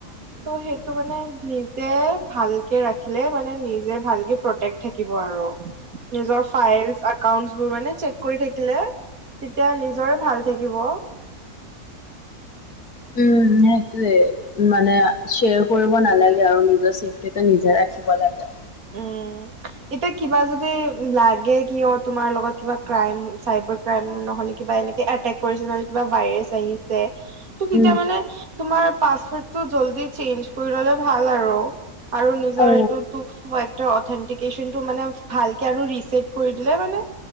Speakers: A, on the right; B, on the left.
A: ত' সেই টো মানে নিজে ভালকে ৰাখিলে মানে নিজে ভালকে প্ৰটেক থাকিব আৰু। নিজৰ ফাইল একাউন্টচ বোৰ মানে চেক কৰি থাকিলে, তেতিয়া নিজৰে ভাল থাকিব।
B: উম, সেইটোয়ে মানে শ্বেয়াৰ কৰিব নালাগে আৰু নিজৰ সেটো নিজে ৰাখিব লাগে।
A: উম, এতিয়া কিবা যদি লাগে কিয় তোমাৰ লগত কিবা ক্ৰাইম চাইবাৰ ক্ৰাইম নহলে কিবা এনেকে এটেক কৰিছে নহলে কিবা ভাইৰেচ আহিছে তেতিয়া
B: উম।
A: মানে তোমাৰ পাচৱৰ্ডটো জল্দি চেঞ্জ কৰি ললে ভাল আৰু। আৰু নিজৰ
B: অ
A: এইটো হয়টো অথেনটিকেচনটো মানে ভালকে আৰু ৰিছেট কৰি দিলে মানে